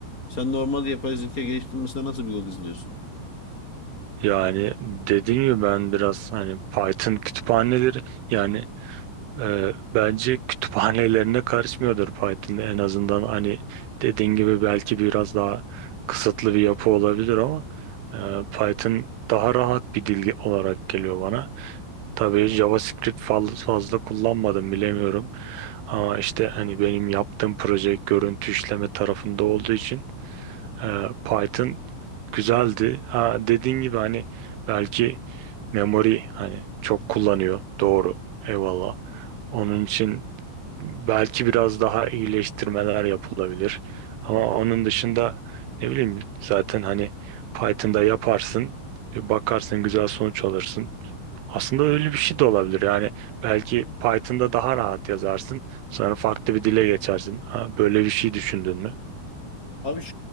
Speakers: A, on the left (about 20°); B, on the right (about 75°).
A: Sen normal yapay zeka geliştirmesine nasıl bir yol izliyorsun?
B: yani dediğim gibi ben biraz hani Python kütüphaneleri yani Ee, bence kütüphanelerine karışmıyordur Python en azından hani dediğin gibi belki biraz daha kısıtlı bir yapı olabilir ama e, Python daha rahat bir dil olarak geliyor bana. Tabii JavaScript fal- fazla kullanmadım bilemiyorum ama işte hani benim yaptığım proje görüntü işleme tarafında olduğu için e, Python güzeldi. Ha, dediğin gibi hani belki memory hani çok kullanıyor doğru eyvallah. Onun için belki biraz daha iyileştirmeler yapılabilir. Ama onun dışında ne bileyim zaten hani Python'da yaparsın, bir bakarsın güzel sonuç alırsın. Aslında öyle bir şey de olabilir. Yani belki Python'da daha rahat yazarsın, sonra farklı bir dile geçersin. Ha, böyle bir şey düşündün mü?
A: Abi ş-